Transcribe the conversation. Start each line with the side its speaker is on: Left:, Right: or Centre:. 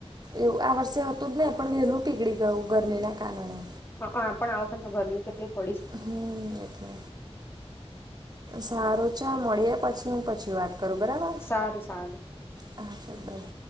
Right: એવું આ વર્ષે હતું જ નહી પણ વહેલું પીગળી ગયું ગરમીના કારણે.
Left: હ- હ પણ આ વખતમાં ગરમી કેટલી પડી.
Right: હમ -એટલે. સારું ચાલ મળીએ પછી હું પછી વાત કરું બરાબર.
Left: સારું સારું.
Right: હા ચાલ બાય